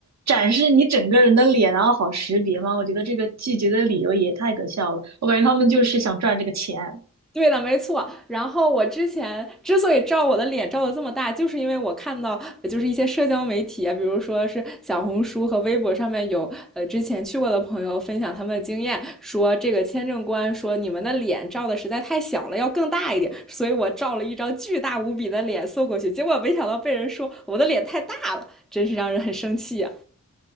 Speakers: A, on the right (about 50°); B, in the centre.
A: 展示你整个人的脸，然后好识别吗？我觉得这个拒绝的理由也太可笑了，我感觉他们就是想赚这个钱。
B: 对的，没错。然后我之前之所以照我的脸照的这么大，就是因为我看到呃就是一些社交媒体啊，比如说是小红书和微博上面有呃之前去过的朋友分享他们的经验，说这个签证官说你们的脸照的实在太小了，要更大一点。所以我照了一张巨大无比的脸送过去，结果没想到被人说我的脸太大了，真是让人很生气呀、